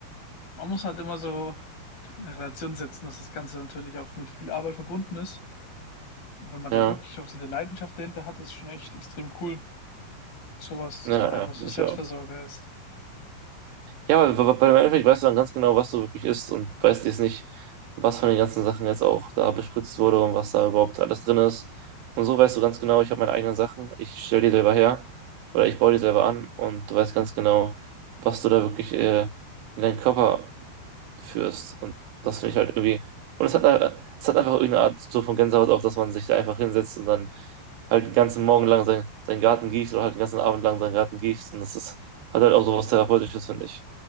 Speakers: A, on the left; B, on the right.
A: man muss halt immer so in Relation setzen, dass das Ganze natürlich auch mit viel Arbeit verbunden ist. Und wenn man da
B: ja,
A: wirklich auch diese Leidenschaft dahinter hat, ist schon echt extrem cool. Sowas, dass
B: ja,
A: man einfach
B: ja,
A: so
B: finde
A: Selbstversorger
B: ich auch.
A: ist.
B: Ja, weil, weil weil im Endeffekt weißt du dann ganz genau, was du wirklich isst und weißt jetzt nicht, was von den ganzen Sachen jetzt auch da bespritzt wurde und was da überhaupt alles drin ist. Und so weißt du ganz genau, ich habe meine eigenen Sachen, ich stelle die selber her oder ich baue die selber an und du weißt ganz genau, was du da wirklich äh, in deinen Körper führst. Und das finde ich halt irgendwie. Und es hat, äh, es hat einfach irgendeine Art so von Gänsehaut auf, dass man sich da einfach hinsetzt und dann halt den ganzen Morgen lang sein, seinen Garten gießt oder halt den ganzen Abend lang seinen Garten gießt. Und das ist, hat halt auch so was Therapeutisches, finde ich.